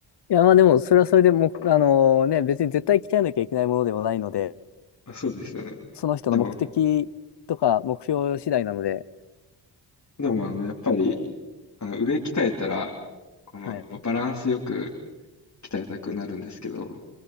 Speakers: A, on the left; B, on the left.
A: いや、まあでも、それはそれでもう、あのね、別に絶対鍛えなきゃいけないものではないので、
B: あ、そうですよね。
A: その人の目的とか目標次第なので、
B: でも、でも、あの、やっぱり、あの、上鍛えたら、この、
A: はい。
B: やっぱバランスよく、鍛えたくなるんですけど、